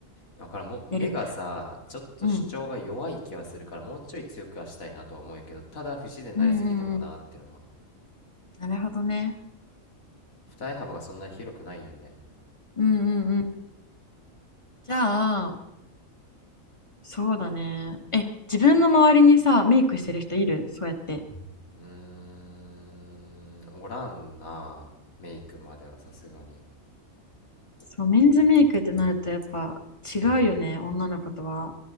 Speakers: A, on the left; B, on the left.
A: あ、わからん。もう、
B: やりたい
A: 目がさ、ちょっと主張が弱い気はするから、
B: うん
A: もうちょい強くはしたいなとは思うんやけど、ただ不自然になりすぎてもなーってのは。
B: うんうんうんなるほどね
A: 二重幅がそんなに広くないんよね。
B: うんうんうんじゃあそうだねえ自分の周りにさメイクしてる人いるそうやって
A: うーん、おらんな。メイクまではさすがに。
B: そうメンズメイクってなるとやっぱ違うよね女の子とは